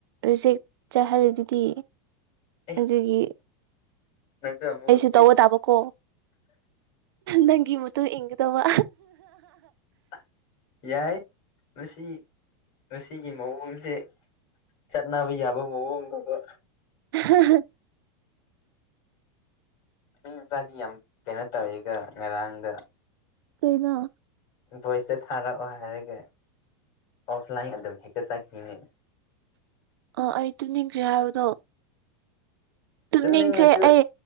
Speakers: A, on the right; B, on the left.
A: ꯔꯤꯖꯦꯛ ꯆꯠꯍꯜꯂꯤꯗꯨꯗꯤ
B: ꯑꯦ
A: ꯑꯗꯨꯒꯤ
B: ꯅꯪꯁꯨ ꯑꯃꯨꯛ
A: ꯑꯩꯁꯨ ꯇꯧꯕ ꯇꯥꯕꯀꯣ ꯅꯪꯒꯤ ꯃꯇꯨꯨ ꯏꯟꯒꯗꯕ
B: <inaudible> ꯌꯥꯏ ꯃꯁꯤ ꯃꯁꯤꯒꯤ ꯃꯑꯣꯡꯁꯦ ꯆꯠꯅꯕ ꯌꯥꯕ ꯃꯑꯣꯡꯒꯨꯝꯕ
A: <unintelligible>
B: ꯃꯤ ꯃꯆꯥꯗꯤ ꯌꯥꯝ ꯀꯩꯅꯣ ꯇꯧꯋꯤꯒꯣ ꯉꯔꯥꯡꯗꯣ
A: ꯀꯩꯅꯣ
B: ꯚꯣꯏꯁꯇ ꯊꯥꯔꯛꯑꯣ ꯍꯥꯏꯔꯒ ꯑꯣꯐꯂꯥꯏꯟ ꯑꯗꯨꯝ ꯍꯦꯛꯇ ꯆꯠꯈꯤꯅꯦ
A: ꯑꯣ ꯑꯩ ꯇꯨꯝꯅꯤꯡꯈ꯭ꯔꯦ ꯍꯥꯏꯕꯗꯣ ꯇꯨꯝꯅꯤꯡꯈ꯭ꯔꯦ
B: ꯇꯨꯝꯅꯤꯡꯉꯁꯨ
A: ꯑꯩ